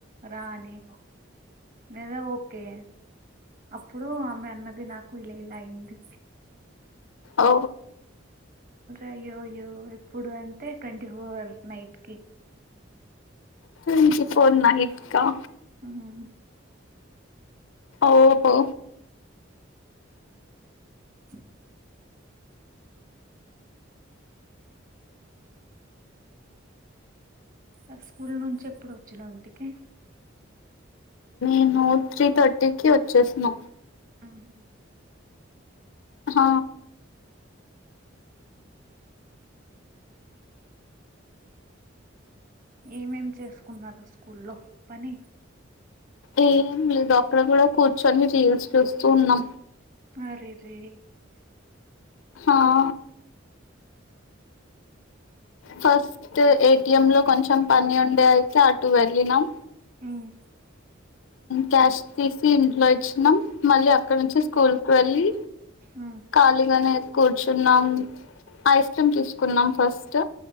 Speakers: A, on the right; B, on the left.
A: రా అని లేదా ఓకే అప్పుడు ఆమె అన్నది నాకు ఇలా ఇలా అయింది
B: ఓ
A: అయ్యో అయ్యో ఇప్పుడు అంటే ట్వంటీ ఫోర్ నైట్ కి
B: ట్వంటీ ఫోర్ నైట్ క
A: ఉమ్.
B: ఓహో
A: ఆ ఆ స్కూల్ నుంచి ఎప్పుడు వచ్చినా ఇంటికి
B: నేను త్రీ థర్టీకిి వచ్చేసను
A: ఉమ్.
B: హ
A: ఏమేం చేసుకున్నారు స్కూల్లో పని
B: ఏం మీరు అక్కడ కూడా కూర్చొని రీల్స్ చూస్తూ ఉన్నా
A: అరెరే
B: ఆా ఫస్ట్ ఏటిఎం లో కొంచెం పని ఉండే అయితే అటు వెళ్ళినాం
A: ఉమ్.
B: క్యాష్ తీసి ఇంట్లో ఇచ్చినాం మళ్ళీ అక్కడ నుంచి స్కూల్కి వెళ్ళి
A: ఉమ్.
B: ఖాళీగానే కూర్చున్నాం ఐస్ క్రీమ్ తీసుకున్నాం ఫస్ట్